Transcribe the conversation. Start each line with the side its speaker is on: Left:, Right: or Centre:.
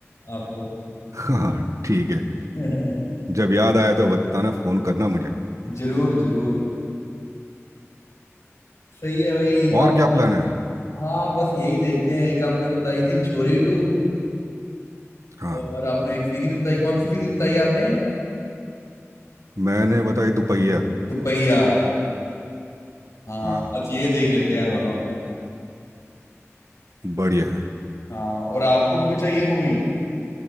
Left: आपको
Right: हाँ ठीक है
Left: <laughs>
Right: जब याद आया तो बताना फ़ोन करना मुझे
Left: जरूर जरूर सही है भाई एक
Right: और
Left: आप
Right: क्या प्लान है
Left: हाँ बस यही देखते हैं एक आपने बताई थी छोरी टू
Right: हाँ
Left: और आपने एक सीरीज बताई कौन सी सीरीज बताई आपने
Right: मैंने बताई दुपहिया
Left: दुपहिया हाँ
Right: हाँ
Left: आज ये देख लेते हैं दोनों
Right: बढ़िया है
Left: हाँ और आपको भी कुछ चाहिए मूवी